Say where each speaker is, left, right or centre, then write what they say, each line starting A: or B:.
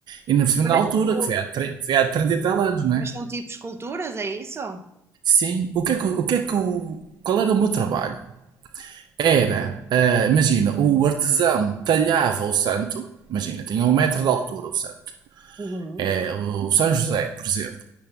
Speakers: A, on the right; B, on the right.
A: E na cima
B: Mas
A: na
B: é
A: altura,
B: tipo,
A: que foi há, tre- foi há 30 e tal anos, não
B: mas
A: é?
B: são tipo esculturas, é isso?
A: Sim. O que é que, o que é que o- Qual era o meu trabalho? Era, ah, imagina, o artesão talhava o santo, imagina, tinha um metro de altura o santo.
B: Uhum.
A: É, o São José, por exemplo,